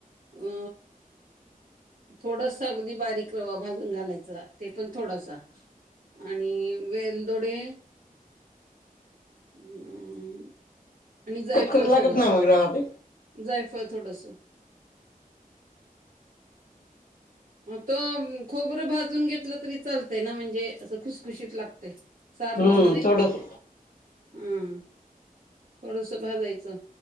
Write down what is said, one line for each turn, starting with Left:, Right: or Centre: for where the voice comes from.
Right: अ थोडस अगदी बारीक रवा भाज जून घालायचा ते पण थोडासा आणि वेलदोडे हम्म आणि जायफळ
Left: कटकट लागत
Right: थोडंस
Left: नाही मग रवा ते
Right: जायफळ थोडंसं. त खोबरं भाजून घेतलं तरी चालतंय ना म्हणजे असं खुसखुशीत लागतंय. सारणामध्ये
Left: हम्म थोडस
Right: हा थोडंसं भाजायचं.